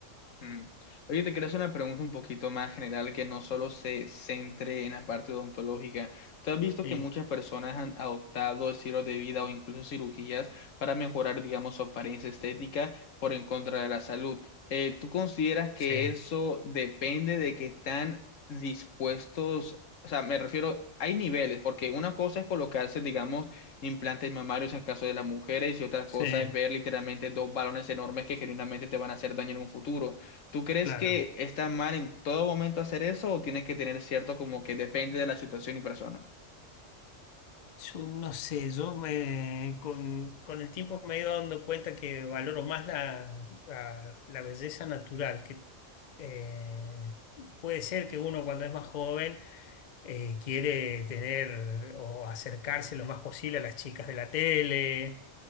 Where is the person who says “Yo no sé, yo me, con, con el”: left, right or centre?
Left